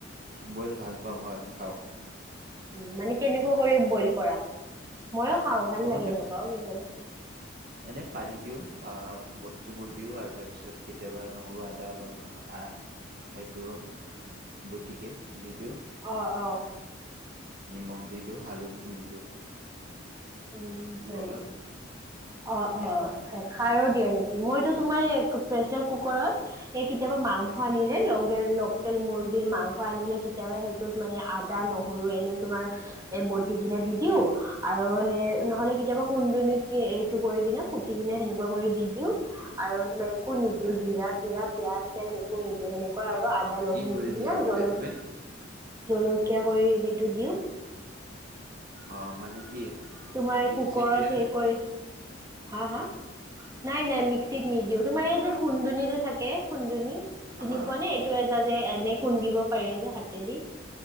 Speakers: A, on the right; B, on the right.
A: বইল ভাল পাও হয় খাও।
B: উম, মানে কেনেকুৱা কৰি বইল কৰা ময়ো খাও ভাল
A: নৰ্মেল
B: লাগে এনেকোৱাও কেতিয়াবা।
A: এনে পানী দিও আহ বস্তুবোৰ দিও আৰু তাৰপিছত কেতিয়াবা নহৰু আদা অলপ আহ সেইটো বুটিকে দি দিও।
B: অ', অ',
A: নিমখ দি দিও হালধি নিদিও।
B: উম, হয়
A: অলপ
B: নেকি অ',
A: ধুনীয়া
B: অ',
A: সোৱাদ হয়
B: খাৰো দিয়ে নেকি মইতো তোমাৰ প্ৰেচাৰ কুকাৰত এ কেতিয়াবা মাংস
A: উম
B: আনি লোকেল মুৰ্গীৰ মাংস আনিলে কেতিয়াবা সেইটোত মানে আদা, নহৰু এনে তোমাৰ এই বতি কিনে দি দিও আৰু এ
A: হয়
B: নহ'লে কেতিয়াবা সুন্দুনিত এইটো কৰি কিনে কুটি কিনে সেনেকোৱা কৰি দি দিও। আৰু তোমাৰ একো নিদিও
A: হয়
B: জিৰা-চিৰা পিয়াজ চিয়াজ একো নিদিও সেনেকুৱা আৰু আ তাত নহৰু
A: কি কৰি
B: দি কিনে
A: দিয়া বোলে
B: জলকীয়া
A: তুমি
B: জলকীয়া কৰি সেইটো দিও।
A: অহ, মানে কি?
B: তোমাৰ
A: মিক্সিত
B: কুকৰত
A: দিয়া
B: হে
A: নে
B: কৰি হা-হা? নাই-নাই মিক্সিত নিদিও তোমাৰ এই যে খুন্দুনি যে থাকে খুন্দুনি চিনি
A: হয়
B: পোৱা নে? ত এজনে যে এনে খুন্দিব পাৰে যে হাতেদি।